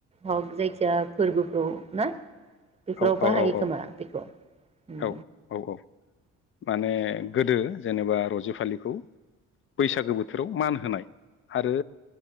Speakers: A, on the right; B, on the left.
A: हग जायखिजाया फोरबोफ्राव ना? बेफोराव
B: औ
A: बाहायो
B: औ औ
A: खोमा बेखौ उम
B: औ औ माने गोदो जेनेबा रजे फालिखौ बैसागो बोथोराव मान होनाय आरो